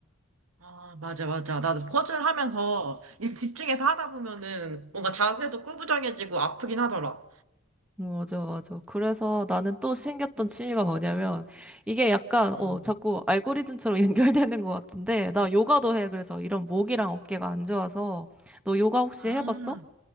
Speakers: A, on the right; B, in the centre.
A: 아, 맞아, 맞아. 나도 퍼즐 하면서 일 집중해서 하다 보면은 뭔가 자세도 구부정해지고 아프긴 하더라.
B: 맞아, 맞아. 그래서 나는 또 생겼던 취미가 뭐냐면, 이게 약간,
A: 응.
B: 어, 자꾸 알고리즘처럼 <laughs> 연결되는 것 같은데, 나 요가도 해. 그래서 이런 목이랑 어깨가 안 좋아서, 너 요가 혹시
A: 아,
B: 해봤어?